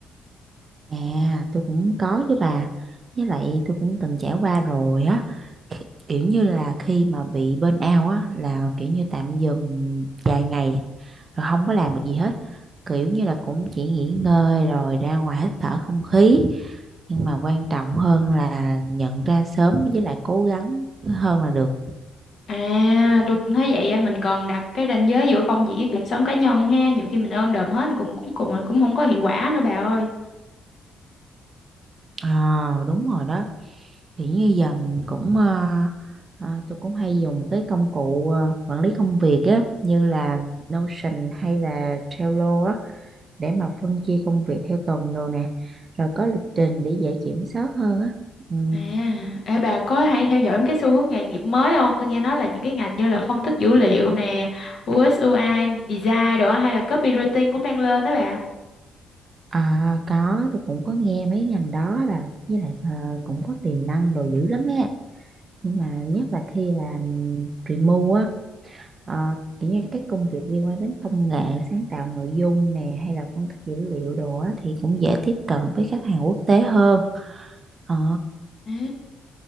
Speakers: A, on the right (about 40°); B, on the left (about 55°).
A: à tôi cũng có với bà với lại tôi cũng từng trải qua rồi á Ki- kiểu như là khi mà bị burn out á là kiểu như tạm dừng vài ngày rồi không có làm được gì hết kiểu như là cũng chỉ nghỉ ngơi rồi ra ngoài hít thở không khí nhưng mà quan trọng hơn là nhận ra sớm với lại cố gắng hơn là được
B: À, tôi cũng thấy vậy á, mình còn đặt cái ranh giới giữa công việc với cuộc sống cá nhân ha, nhiều khi mình ôm đồm hết cùng cuối cùng là cũng không có hiệu quả nữa bà ơi.
A: à, đúng rồi đó thì như giờ mình cũng ờ, ờ, tôi cũng hay dùng cái công cụ ờ, quản lý công việc á như là Notion hay là Trello á để mà phân chia công việc theo tuần đồ nè rồi có lịch trình để dễ kiểm soát hơn á ừ.
B: À, ê, bà có hay theo dõi cái xu hướng nghề nghiệp mới không? Tôi nghe nói là những cái ngành như là phân tích dữ liệu nè, UX UI, design đồ á, hay là copywriting cũng đang lên đó bà.
A: À, có tôi cũng có nghe mấy ngành đó là với lại ờ, cũng có tiềm năng đồ dữ lắm á nhưng mà nhất là khi làm remote á Ờ, kiểu như các công việc liên quan đến công nghệ sáng tạo nội dung nè hay là phân tích dữ liệu đồ á, thì cũng dễ tiếp cận với khách hàng quốc tế hơn ờ,
B: À,